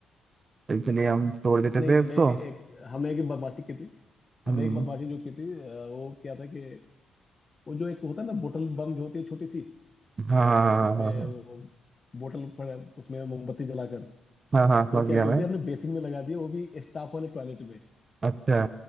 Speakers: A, on the right; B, on the left.
A: तो इसलिए हम तोड़
B: अच्छा,
A: देते
B: नहीं
A: थे उसको
B: मैं एक हमने एक बदमाशी की थी हमने
A: हम्म
B: एक बदमाशी जो की थी अ, वो क्या था कि वो जो एक होता है ना बोतल बम जो होती है छोटी सी
A: हाँ हाँ
B: जिसमें
A: हाँ हाँ
B: वो बोतल पड़ा उसमें मोमबत्ती जलाकर तो
A: हाँ हाँ हाँ, समझ
B: वो क्या
A: गया
B: करते
A: मैं
B: हैं हमने बेसिन में लगा दिया वो भी स्टाफ वाले टॉयलेट में
A: अच्छा